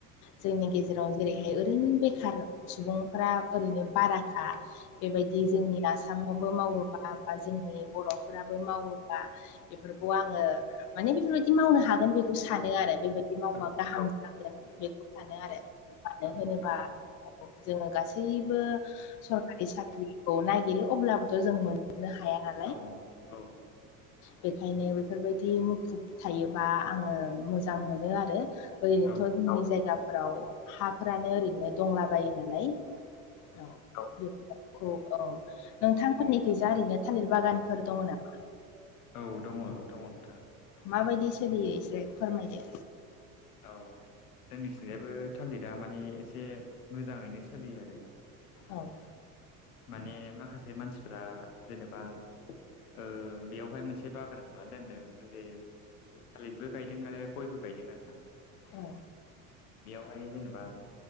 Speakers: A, on the left (about 45°); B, on the left (about 85°).
A: जोंनि गेजेराव जेरैहाय ओरैनो बेखार सुबुंफ्रा ओरैनो बाराखा बेबायदि जोंनि आसामावबो मावोबा बा जोंनि बर'फोराबो मावोबा बेफोरखौ आङो माने बेफोर बायदि मावनो हागोन बेखौ सानो आरो बेबायदि मावबा
B: औ
A: गाहाम जागोन बेखौ सानो आरो मानो
B: औ
A: होनोबा
B: नंगौ
A: जोङो गासैबो सरका साख्रिखौ नायगिरो अब्लाबोथ' जों मोनजोबनो हाया नालाय
B: औ औ
A: बेखायनो बेफोरबायदि मुखुब थायोबा आङो मोजां मोनो आरो ओरैनोथ'
B: औ
A: जोंनि जायगाफोराव हाफ्रानो ओरैनो दंला बायो नालाय औ औ अ औ नोंथांमोननिखैजा ओरैनो थालिर बागानफोर दङ' नामा?
B: औ दङ दङ नोंथां
A: माबायदि सोलियो एसे फोरमायदो
B: औ जोंनिथिंजायबो थालिदा माने एसे मोजाङैनो सोलियो आरोना
A: औ
B: माने माखासे मानसिफोरा जेनेबा ओ बेयावहाय मोनसे बागान खालायनानै दोनदों जे थालिरबो गायदों आरो गयबो गायदों आरोना
A: औ
B: बेयावहाय जेनेबा